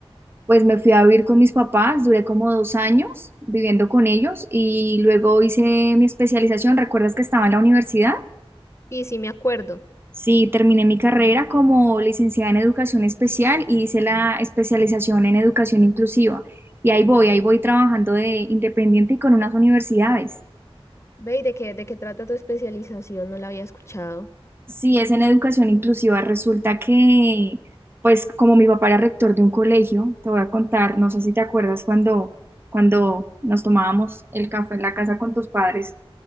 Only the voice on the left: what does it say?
Sí, sí, me acuerdo.
Ve, ¿y de qué, de qué trata tu especialización? No la había escuchado.